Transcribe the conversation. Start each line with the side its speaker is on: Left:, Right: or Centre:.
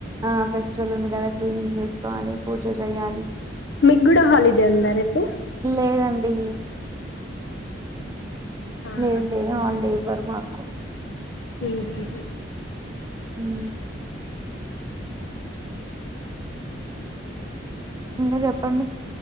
Right: ఆ ఫెస్టివల్ ఉంది కదా క్లీనింగ్ చేసుకోవాలి పూజ చేయ్యాలి
Left: మీగ్గుడ హాలిడే ఉందా రేపు
Right: లేదండి
Left: ఆహా
Right: లేదు లేదు హల్డే ఇవ్వరు మాకు
Left: హ్మ్ హు
Right: హ్మ్ ఇంకా చెప్పండి